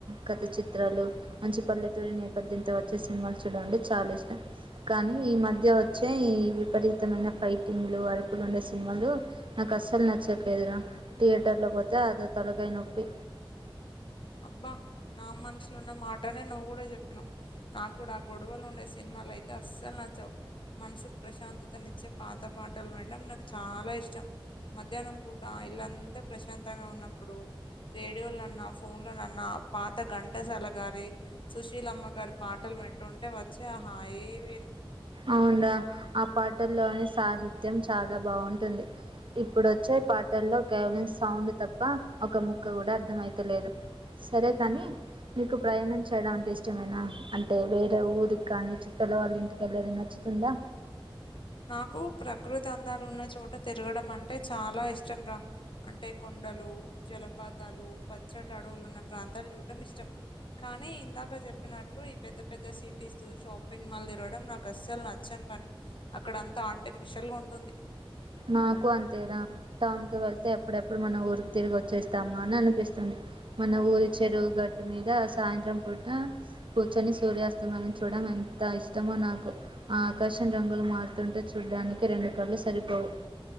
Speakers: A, on the right; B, on the left.
A: కథ చిత్రాలు మంచి పల్లెటూరి నేపథ్యంతో వచ్చే సినిమాలు చూడం అంటే చాలా ఇష్టం కానీ ఈ మధ్య వచ్చే ఈ విపరీతమైన ఫైటింగ్ ఫైటింగ్ లు అరుపులు ఉండే సినిమాలు నాకు అసలు నచ్చట్లేదు రా థియేటర్ లో తా అదో తలకై నొప్పి
B: అబ్బా నా మనసులున్న మాటనే నువ్వు కూడా చెప్పినావు నాకు కూడా ఆ గొడవలు ఉండే సినిమా సినిమాలు అయితే అస్సలు నచ్చావు మనసుకు ప్రశాంతతనిచ్చే పాత పాటలు వినడం నాకు చాలా ఇష్టం మధ్యాహ్నం పూట ఇలాంతా ప్రశాంతంగా ఉన్నప్పుడు రేడియోలున్నా ఫోన్ లోనన్న పాత ఘంటసాల గారి సుశీలమ్మ గారి పాటలు వింటుంటే వచ్చా హాయే వేరు
A: అవున్రా ఆ పాటల్లోని సాహిత్యం చాలా బాగుంటుంది ఇప్పుడు వచ్చే పాటల్లో కవలిన్ సౌండ్ తప్ప ఒక ముక్క కూడా అర్థమయితలేదు సరే కానీ మీకు ప్రయాణం చేయడం అంటే ఇష్టమేనా అంటే వేరే ఊరికి కానీ చుట్టల వాళ్ళ ఇంటి ఏలేది నచ్చుతుందా
B: నాకు ప్రకృతి అందాలు ఉన్న చోట తిరగడం అంటే చాలా ఇష్టం రా అంటే కొ కొండలు జలపాతాలు పచ్చటడవులు ఉన్న ప్రాంతాలు చూడడం ఇష్టం కానీ ఇందాక చెప్పినట్లు ఈ పెద్ద పెద్ద సిటీస్ షాపింగ్ మాల్ తిరవడం నాకు అస్సలు నచ్చను పని అక్కడ అంత ఆర్టిఫిషియల్ గా ఉంటుంది
A: నాకు అంతేరా టౌన్ కు వెళ్తే ఎప్పుడెప్పు ఇప్పుడు మన ఊరికి తిరిగి వచ్చేస్తామా అని అనిపిస్తుంది మన ఊరి చెడువు గట్టు మీద సాయంత్రం ప కూర్చొని సూర్యాస్తమన్ని చూడడం ఎంత ఇష్టమో నాకు ఆ ఆకాశం రంగులు మారుతుంటే చూడ్డానికి రెండు కళ్లు సరిపోవు